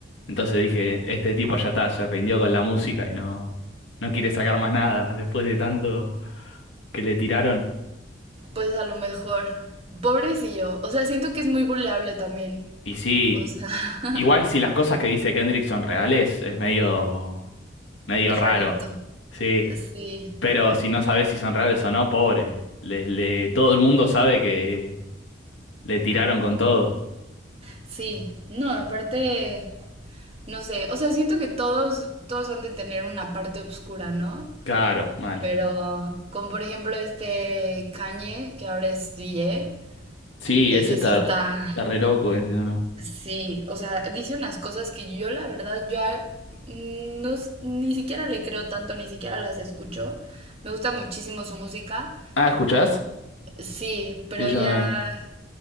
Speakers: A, on the left; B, on the right.
A: Entonces dije, este tipo ya está, se rindió con la música y no, no quiere sacar más nada después de tanto que le tiraron.
B: pues a lo mejor, pobrecillo. O sea, siento que es muy buleable también.
A: Y sí,
B: O sea, <laughs>
A: igual si las cosas que dice Kendrick son reales, es medio, medio
B: rarito.
A: raro. Sí,
B: Sí,
A: pero si no sabes si son reales o no, pobre. Le, le- todo el mundo sabe que le tiraron con todo.
B: sí. No, aparte, no sé. O sea, siento que todos, todos han de tener una parte oscura, ¿no?
A: Claro, mal.
B: Pero, como por ejemplo este Kanye, que ahora es DJ,
A: Sí,
B: ese
A: ese está,
B: sí está.
A: está re loco ese, ¿o ¿no?
B: Sí, o sea, dice unas cosas que yo la verdad ya no, s- ni siquiera le creo tanto, ni siquiera las escucho. Me gusta muchísimo su música.
A: Ah, ¿escuchás?
B: Sí, pero
A: Sí, yo
B: ya,
A: también.